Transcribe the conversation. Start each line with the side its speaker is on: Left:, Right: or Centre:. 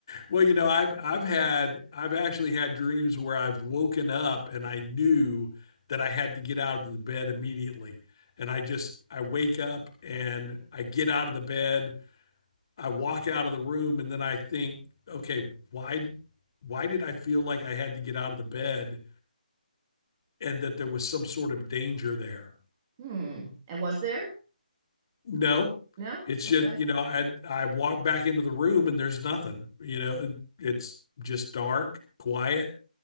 Left: Well, you know, I've I've had I've actually had dreams where I've woken up and I knew that I had to get out of the bed immediately. And I just I wake up and I get out of the bed, I walk out of the room, and then I think, okay, why why did I feel like I had to get out of the bed? and that there was some sort of danger there.
Right: Hmm. And was there?
Left: No,
Right: No?
Left: it's
Right: Okay.
Left: just, you know, I I walk back into the room and there's nothing. You know, it's just dark, quiet,